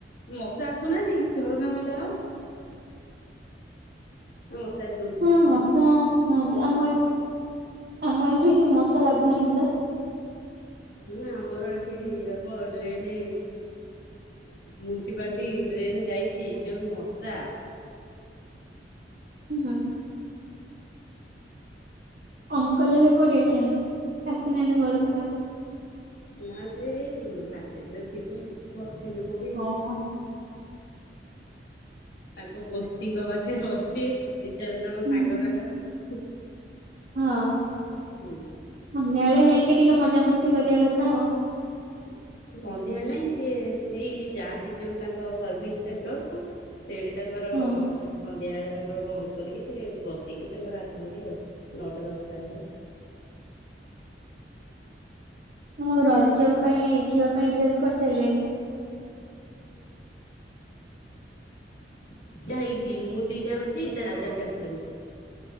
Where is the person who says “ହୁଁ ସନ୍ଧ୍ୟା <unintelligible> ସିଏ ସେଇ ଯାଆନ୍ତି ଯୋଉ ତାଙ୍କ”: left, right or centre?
Left